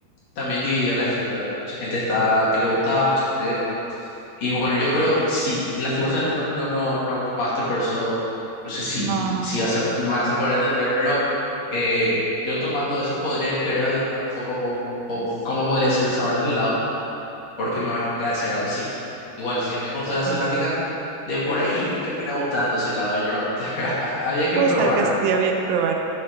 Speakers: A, on the left (about 50°); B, on the right (about 80°).
A: también dividió a la gente, ¿verdad? Mucha gente estaba que le gustaba, mucha gente que no. Y bueno, yo creo, sí, lastimosamente no, no, no, no tomaste, por eso no sé si,
B: no.
A: si vas a, me vas a poder entender, pero eh, yo tomando eso podría, creo, adivinar un poco cómo, po- cómo podría ser el sabor del helado, porque me imagino que ha de ser algo así. Igual, si a mí me gustó la selvática,
B: eh,
A: de por ahí me termina gustando ese helado de yerba mate. <laughs> ¿verdad? Había que
B: puede
A: probar,
B: ser que
A: ¿verdad?
B: sí, había que probar.